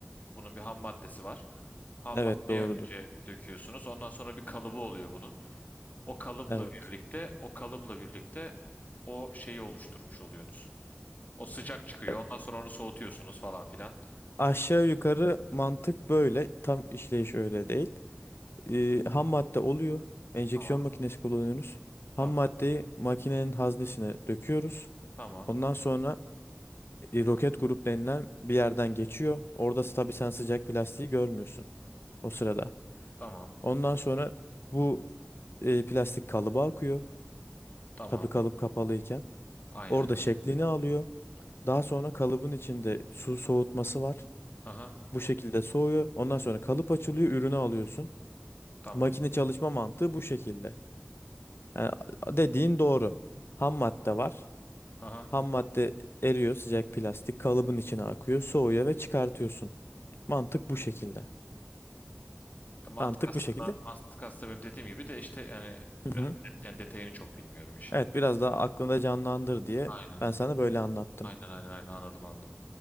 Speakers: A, on the left; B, on the left.
A: Bunun bir ham maddesi var. Ham
B: Evet
A: maddeyi
B: doğrudur.
A: önce döküyorsunuz. Ondan sonra bir kalıbı oluyor bunun. O kalıpla
B: Evet.
A: birlikte, o kalıpla birlikte o şeyi oluşturmuş oluyorsunuz. O sıcak çıkıyor.
B: Ya,
A: Ondan sonra onu soğutuyorsunuz falan filan.
B: Aşağı yukarı mantık böyle. Tam işleyiş öyle değil. Ee, ham madde oluyor. Enjeksiyon
A: Tamam.
B: makinesi kullanıyoruz. Ham
A: Tamam.
B: maddeyi makinenin haznesine döküyoruz.
A: Tamam.
B: Ondan sonra e, roket grup denilen bir yerden geçiyor. Orada s- tabii sen sıcak plastiği görmüyorsun o sırada.
A: Tamam.
B: Ondan sonra bu e, plastik kalıba akıyor.
A: Tamam.
B: Tabii kalıp kapalıyken.
A: Aynen.
B: Orada şeklini alıyor. Daha sonra kalıbın içinde su soğutması var.
A: Aha.
B: Bu şekilde soğuyor. Ondan sonra kalıp açılıyor, ürünü alıyorsun.
A: Tamam.
B: Makine çalışma mantığı bu şekilde. Yani dediğin doğru. Ham madde var.
A: Aha.
B: Ham madde eriyor sıcak plastik kalıbın içine akıyor soğuyor ve çıkartıyorsun. Mantık bu şekilde.
A: Ya mantık
B: Mantık
A: aslında
B: bu şekilde.
A: mantık aslında benim dediğim gibi de işte yani
B: Hı
A: biraz
B: hı.
A: yani detayını çok bilmiyorum işin.
B: Evet biraz daha aklında canlandır diye
A: Aynen.
B: ben sana böyle anlattım.
A: Aynen aynen aynen anladım anladım.